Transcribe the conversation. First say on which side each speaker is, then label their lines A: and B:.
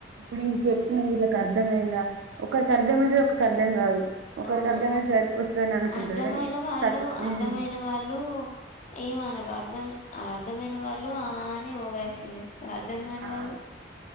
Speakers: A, on the right; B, on the left.
A: నేన్ చెప్పిన వీళ్ళకి అర్థమైందా ఒకరికి అర్థం అయితే ఒకరికి అర్థం కాదు ఒకరికి
B: అవును
A: అర్థమైతే సరిపోతదని అనుకుంటరు
B: అర్ధమైన
A: కానీ
B: వాళ్ళు
A: తక్ హ్మ్
B: అర్ధమైన వాళ్ళు ఏమనరు అర్ధం అర్ధమైన వాళ్ళు ఆ అని ఓవరాక్షన్ చెస్ అర్థం కాని
A: ఆ
B: వాళ్ళు